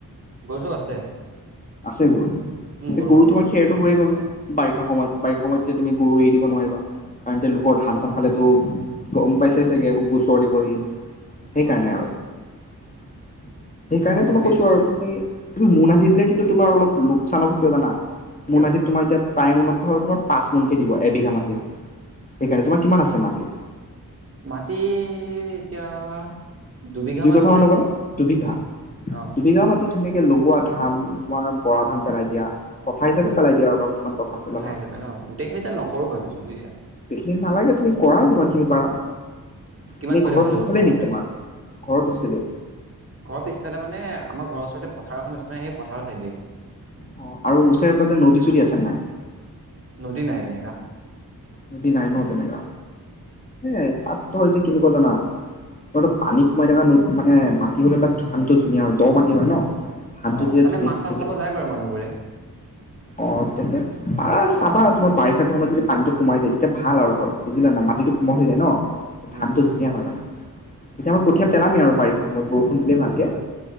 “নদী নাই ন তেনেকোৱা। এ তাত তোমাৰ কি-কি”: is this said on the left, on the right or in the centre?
Left